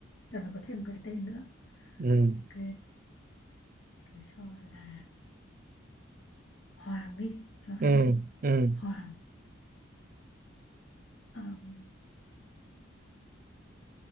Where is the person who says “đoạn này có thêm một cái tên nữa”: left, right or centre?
Left